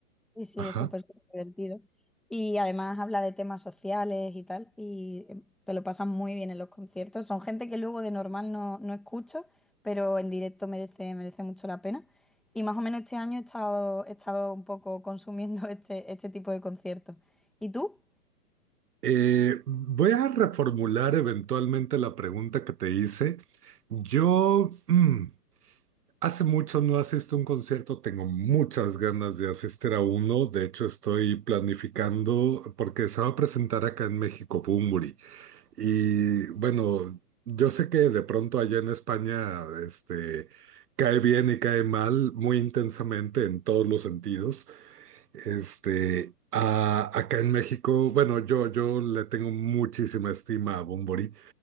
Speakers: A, in the centre; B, on the right.
A: Sí, sí,
B: Ajá.
A: es súper, súper divertido. Y además habla de temas sociales y tal, y eh, te lo pasan muy bien en los conciertos. Son gente que luego de normal no, no escucho, pero en directo merece, merece mucho la pena. Y más o menos este año he estado, he estado un poco consumiendo <laughs> este, este tipo de conciertos. ¿Y tú?
B: Eh, voy a reformular eventualmente la pregunta que te hice. Yo mm, hace mucho no asisto a un concierto, tengo muchas ganas de asistir a uno. De hecho, estoy planificando porque se va a presentar acá en México Bunbury. Y bueno, yo sé que de pronto allá en España, este, cae bien y cae mal muy intensamente en todos los sentidos. Este, a- acá en México, bueno, yo, yo le tengo muchísima estima a Bunbury